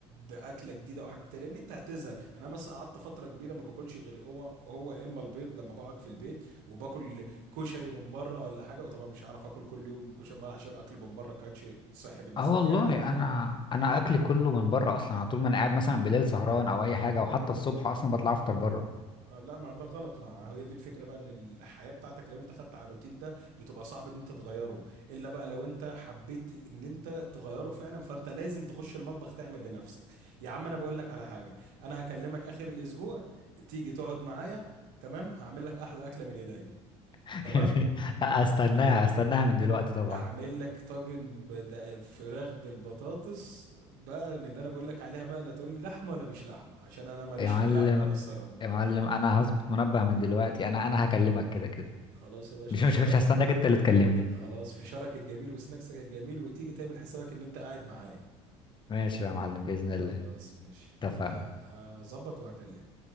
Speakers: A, on the right; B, on the left.
A: باكله جديده او حاجه جديده لان انت هتزهق انا مثلا قعدت فتره كبيره ما باكلش غير هو هو اما البيض لما بقعد في البيت وباكل كشري من بره ولا حاجه وطبعا مش هعرف اكل كل يوم كشري من بره عشان الاكل من بره كانش صحي بالنسبه
B: اه والله
A: لي يعني
B: انا انا اكلي كله من بره اصلا على طول ما انا قاعد مثلا بالليل سهران او اي حاجه وحتى الصبح اصلا بطلع افطر بره
A: آه، لا ما ده غلط ما هي دي الفكره بقى ان الحياه بتاعتك لو انت خدت على الروتين ده بتبقى صعب ان انت تغيره الا بقى لو انت حبيت ان انت تغيره فعلا فانت لازم تخش المطبخ تعمل لنفسك يا عم انا بقول لك على حاجه انا هكلمك اخر الاسبوع تيجي تقعد معايا تمام هعمل لك احلى اكله من ايديا
B: <laughs>
A: تمام
B: استناها استناها من دلوقتي طبعا
A: هعمل لك طاجن بد- فراخ بالبطاطس بقى من اللي انا بقول لك عليها بقى لا تقول لي لحمه ولا مش لحمه عشان انا ماليش
B: يا معلم
A: في اللحمه انا الصراحه
B: يا معلم انا هظبط منبه من دلوقتي انا انا هكلمك كده كده
A: خلاص يا باشا
B: مش
A: في
B: مش
A: شرق
B: مش هستناك انت اللي تكلمني
A: خلاص فشارك الجميل وسناكسك الجميل وتيجي تعمل حسابك ان انت قاعد معايا
B: ماشي يا معلم باذن
A: خلاص
B: الله
A: ماشي هج-
B: اتفقنا
A: ه- هظبط وهكلمك